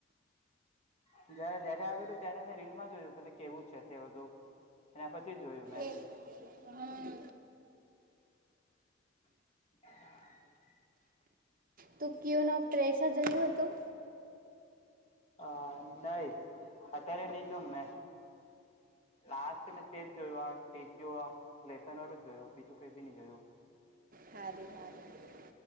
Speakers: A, on the left; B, on the right.
A: જ જયારે આવું ત્યારે મે રીલમાં જોયું પલે કેવું છે તે બધું. પછી જોયું મેં
B: એ હમ
A: <inaudible>
B: તુ કઓનો પ્રેશા જોયું હતું.
A: અ નહી અત્યારે નહી જો મે લાસ્ટ મેં તેજ જોયું આ ટીચ લેસન વાળું જ જોયું બીજું કઈ ભી નહી જોયું.
B: સારું સારું